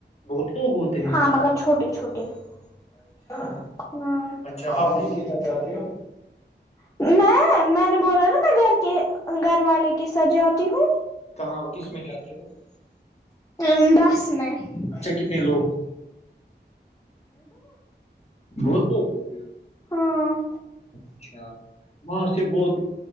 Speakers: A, on the left; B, on the left.
A: بہت لوگ ہوتے ہیں
B: ہاں مگر چھوٹے چھوٹے اچھا اچھا
A: اچھا
B: اور
A: آپ کس
B: ک چاہتی ہو میں میں نے بولا نا میں گھر کے گھر والے کے ساتھ جاتی ہوں تھافس
A: کہاں کس میں
B: کیا
A: جاتے؟
B: کاروں ا بس میں اچھا ٹھیک
A: کتنے
B: ہے
A: لوگ
B: اوکے
A: بہت لوگ ہوتے ہیں
B: ہاں
A: اچھا وہاں سے بہت